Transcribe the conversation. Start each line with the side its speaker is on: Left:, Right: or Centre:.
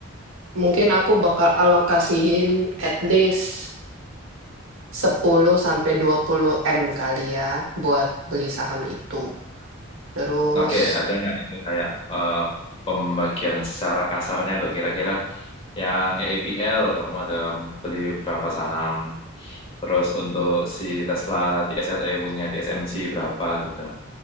Right: mungkin aku bakal alokasiin at least 10 sampai 20 M kali ya buat beli saham itu. Terus
Left: Oke, ada nggak itu kayak eh, pembagian secara kasarnya tuh kira-kira yang EEPL kamu ada beli berapa saham, terus untuk si Tesla TSLE punya TSMC berapa gitu.